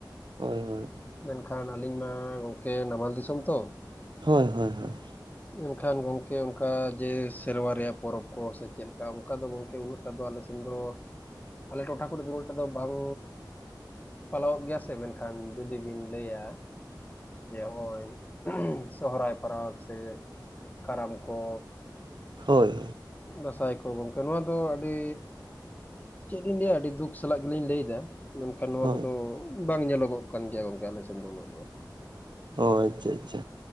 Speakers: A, on the right; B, on the left.
A: ᱦᱳᱭ ᱦᱳᱭ
B: ᱢᱮᱱᱠᱷᱟᱱ ᱟᱹᱞᱤᱧ ᱢᱟ ᱜᱚᱢᱠᱮ ᱱᱟᱢᱟᱞ ᱫᱤᱥᱚᱢ ᱛᱚ
A: ᱦᱳᱭ ᱦᱳᱭ ᱦᱳᱭ ᱾
B: ᱢᱮᱱᱠᱷᱟᱱ ᱜᱚᱝᱠᱮ ᱚᱱᱠᱟ ᱡᱮ ᱥᱮᱨᱣᱟ ᱨᱮᱭᱟᱜ ᱯᱚᱨᱚᱵᱽ ᱠᱚ ᱥᱮ ᱪᱮᱫ ᱞᱮᱠᱟ ᱚᱱᱠᱟ ᱫᱚ ᱜᱚᱝᱠᱮ ᱩᱱᱟᱹᱜ <inaudible> ᱟᱞᱮ ᱥᱮᱱ ᱫᱚ ᱟᱞᱮ ᱴᱚᱴᱷᱟ ᱠᱚᱨᱮ ᱫᱚ ᱩᱱᱟᱹᱜᱴᱟᱜ ᱫᱚ ᱵᱟᱝ ᱯᱟᱞᱟᱣᱚᱜ ᱜᱮᱭᱟ ᱥᱮ ᱢᱮᱱᱠᱷᱟᱱ ᱡᱩᱫᱤ ᱵᱤᱱ ᱞᱟᱹᱭᱟ ᱡᱮ ᱦᱚᱭ <inaudible> ᱥᱚᱦᱚᱨᱟᱭ ᱯᱚᱨᱚᱵᱽ ᱥᱮ ᱠᱟᱨᱟᱢ ᱠᱚ
A: ᱦᱳᱭ
B: ᱫᱟᱸᱥᱟᱭ ᱠᱚ ᱜᱚᱢᱠᱮ ᱱᱚᱣᱟ ᱫᱚ ᱟᱹᱰᱤ ᱪᱮᱫ ᱤᱧ ᱞᱟᱹᱭᱟ ᱟᱹᱰᱤ ᱫᱩᱠ ᱥᱟᱞᱟᱜ ᱜᱮᱞᱤᱧ ᱞᱟᱹᱭᱮᱫᱟ ᱾ ᱢᱮᱱᱠᱷᱟᱱ ᱱᱚᱣᱟ
A: ᱦᱳᱭ
B: ᱠᱚᱫᱚ ᱵᱟᱝ ᱧᱮᱞᱚᱜᱚᱜ ᱠᱟᱱ ᱜᱮᱭᱟ ᱜᱚᱝᱠᱮ ᱟᱞᱮᱥᱮᱱ ᱫᱚ ᱩᱱᱟᱹᱜ ᱫᱚ ᱾
A: ᱚ ᱟᱪᱪᱷᱟ ᱟᱪᱪᱷᱟ